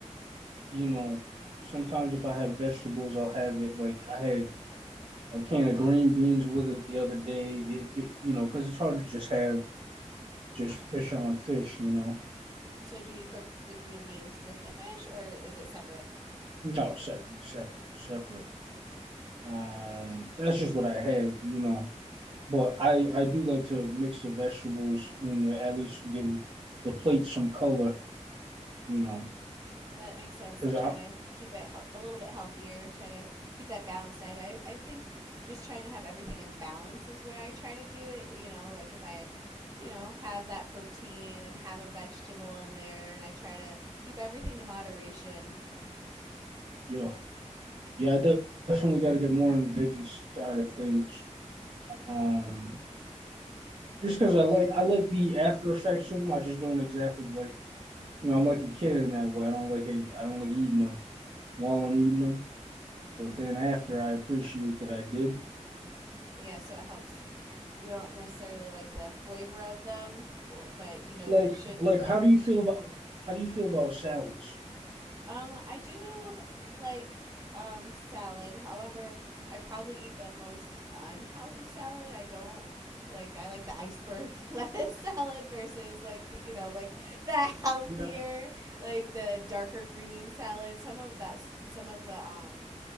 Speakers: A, on the right; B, on the right.
A: you know. Sometimes if I have vegetables, I'll have it. Like I had a can of green beans with it the other day, you know, because it's hard to just have just fish on fish, you know.
B: So do you cook the green beans with the fish or is it separate?
A: No, separate, separate, separate. Um, that's just what I had, you know. But I I do like to mix the vegetables and at least give the plate some color, you know.
B: That makes sense
A: Because
B: to try
A: I,
B: to keep it hel- a little bit healthier, try to keep that balance diet. I, I think just trying to have everything in balance is where I try to do it. You know, like if I, you know, have that protein and have a vegetable in there, and I try to keep everything to moderation.
A: yeah, yeah, I definitely got to get more on the veggie side of things. Um, just because I like, I like the after effects of them. I just don't exactly like, you know, I'm like a kid in that way. I don't like, I don't like eating them while I'm eating them. But then after, I appreciate that I did.
B: Yeah, so it helps. You don't necessarily like the flavor of them, or, but you know
A: Like,
B: you should
A: like,
B: eat them.
A: how do you feel about how do you feel about salads?
B: Um, I do like um salad. However, I probably eat the most unhealthy salad. I don't like I like the iceberg <laughs> lettuce salad versus like the you know like the healthier
A: Yeah,
B: like the darker green salad. Some of that s- some of the um